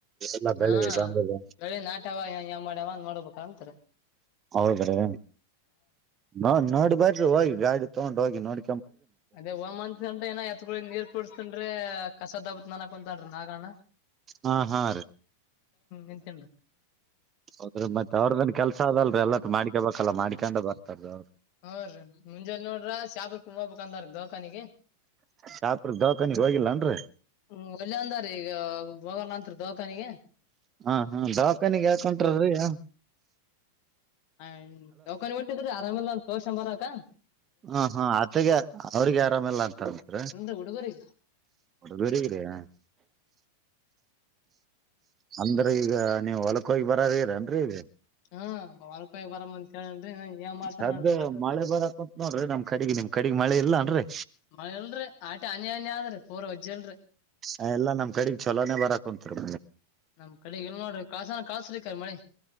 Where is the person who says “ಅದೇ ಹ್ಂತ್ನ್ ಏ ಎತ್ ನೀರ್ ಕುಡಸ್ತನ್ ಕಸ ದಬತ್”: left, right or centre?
Left